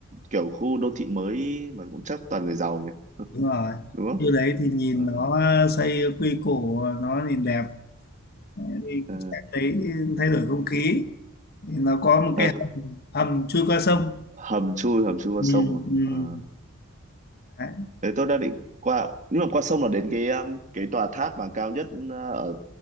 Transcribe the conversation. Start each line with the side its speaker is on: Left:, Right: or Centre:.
Right: kiểu khu đô thị mới mà cũng chắc toàn người giàu nhỉ <laughs>
Left: đúng rồi
Right: đúng không
Left: như đấy thì nhìn
Right: ừ.
Left: nó ờ, xây quy củ nó nhìn đẹp thì
Right: Ờ,
Left: cũng sẽ thấy thay đổi không khí thì nó có một
Right: ờ,
Left: cái hầm, hầm chui qua sông
Right: hầm chui hầm chui qua
Left: ừ,
Right: sông mà
Left: ừ.
Right: Ờ,
Left: Đấy.
Right: đấy tôi đang định qua nhưng mà qua sông là đến cái um, cái tòa tháp mà cao nhất uh, ở